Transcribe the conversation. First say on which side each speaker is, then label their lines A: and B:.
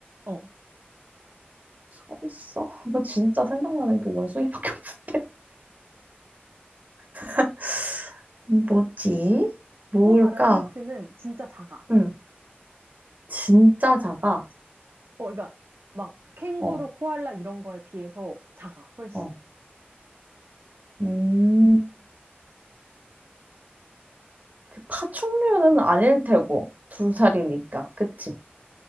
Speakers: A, on the right; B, on the right.
A: 어.
B: 서 있어? <laughs> 나 진짜 생각나는 게 원숭이밖에 없는데. <laughs> 뭐지? 뭘까?
A: 또 다른 힌트는 진짜 작아.
B: 응, 진짜 작아.
A: 어, 그러니까 막 캥거루,
B: 어,
A: 코알라 이런 거에 비해서 작아, 훨씬.
B: 어. 음, 그 파충류는 아닐 테고, 두 살이니까. 그치?